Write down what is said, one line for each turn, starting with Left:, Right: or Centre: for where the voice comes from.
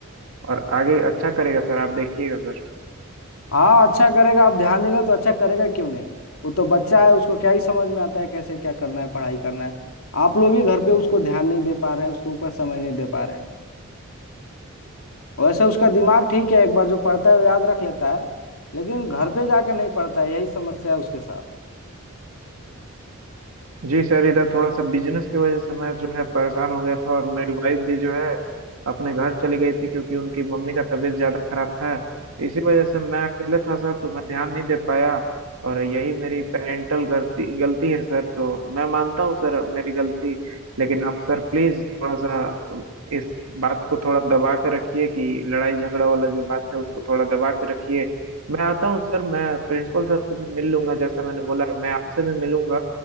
Right: और आगे अच्छा करेगा सर आप देखिएगा सर
Left: हाँ अच्छा करेगा आप ध्यान देंगे तो अच्छा करेगा क्यों नहीं वो तो बच्चा है उसको क्या ही समझ में आता है कैसे क्या करना है पढ़ाई करना है आप लोग ही घर पे उसको ध्यान नहीं दे पा रहे हैं उसके ऊपर समय नहीं दे पा रहे हैं वैसे उसका दिमाग ठीक है एक बार जो पढ़ता है वो याद रख लेता है लेकिन घर पे जाके नहीं पढ़ता है यही समस्या है उसके साथ
Right: जी सर इधर थोड़ा सा बिजनेस की वजह से मैं जो है परेशान हो गया था और मेरी वाइफ भी जो है अपने घर चली गई थी क्योंकि उनकी मम्मी का तबीयत ज़्यादा खराब था इसी वजह से मैं अकेले था सर तो मैं ध्यान नहीं दे पाया और यही मेरी पेरेंटल गलती गलती है सर तो मैं मानता हूँ सर मेरी गलती लेकिन आप सर प्लीज़ थोड़ा सा इस बात को थोड़ा दबा कर रखिए कि लड़ाई झगड़ा वाला जो बात है उसको थोड़ा दबा कर रखिए मैं आता हूँ सर मैं प्रिंसिपल सर से भी मिल लूंगा जैसा मैंने बोला मैं आपसे भी मिलूंगा